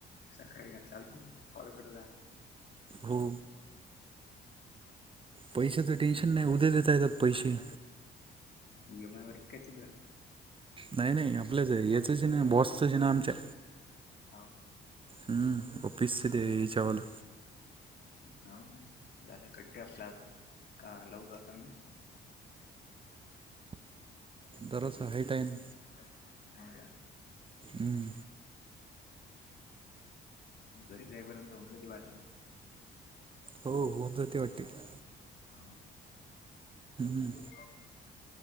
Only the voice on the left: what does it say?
सकाळी का चालतेयं. <unintelligible>
<unintelligible> करतित का?
हो का.
हावु. झालं कट्टे आपल्या आता. का लाऊ आता मी?
हो का.
घरी जाईपर्यंत होऊन जाते <unintelligible>
हो <unintelligible>